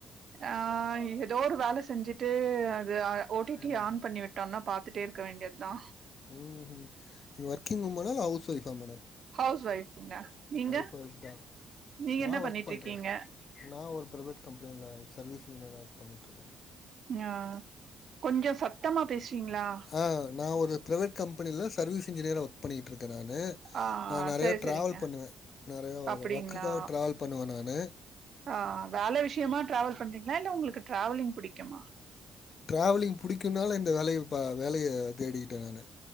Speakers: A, on the right (about 55°); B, on the left (about 50°).
A: ஆ எதோர் வேல செஞ்சுட்டு அது ஓ டி டி
B: ம்
A: ஆன் பண்ணி விட் டன்னா பாத்துட்டே இருக்க வேண்டியதுதா
B: ம் ம் நீங்க ஒர்க்கிங் உமனா இல்ல ஹவுஸ் ஒய்ஃபா மேடம்
A: ஹவுஸ் ஒய்ஃப்ங்க நீங்க
B: ஒய்ஃப் ஒய்ஃப் தான்
A: நீங்க
B: நா
A: என்ன
B: ஒர்க்
A: பண்ணிட்றிக்கீங்க
B: பண்றே நா ஒரு பிரைவேட் கம்பெனில சர்வீஸ் இன்ஜினியரா ஒர்க் பண்ணிட்ருக்கே
A: அ கொஞ்ச சத்தமா பேஸ்வீங்களா
B: ஆ நா ஒரு பிரைவேட் கம்பெனில சர்விஸ் இன்ஜினியரா ஒர் க் பண்ணிட்டு இருக்கே நானு
A: ஆ
B: நா நறைய
A: சரி
B: டிராவல்
A: சரிங்க
B: பண்ணுவே நறைய
A: அப்டிங்களா
B: ஒர்க்குக்காக டிராவல் பண்ணுவே நானு
A: ஆ வேலை விஷயமா டிராவல் பண்றீங்களா இல்ல உங்களுக்கு டிராவலிங் பிடிக்குமா
B: ட்ராவலிங் பிடிக்கும்னால இந்த வேலைய பா வேலைய தேடிக்கிட்டேன் நானு